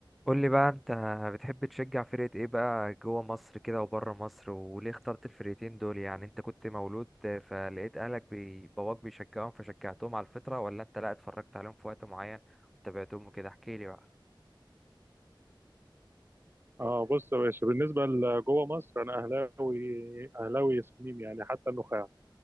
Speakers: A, in the centre; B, on the right (about 25°).
A: قول لي بقى انت بتحب تشجع فرقة ايه بقى جوه مصر كده وبره مصر وليه اخترت الفرقتين دول يعني انت كنت مولود فلقيت اهلك بي... باباك بيشجعهم فشجعتهم على الفطرة ولا انت لا اتفرجت عليهم في وقت معين وتابعتهم وكده احكي لي بقى
B: اه بص يا باشا بالنسبه لجوه مصر انا اهلاوي اهلاوي صميم يعني حتى النخاع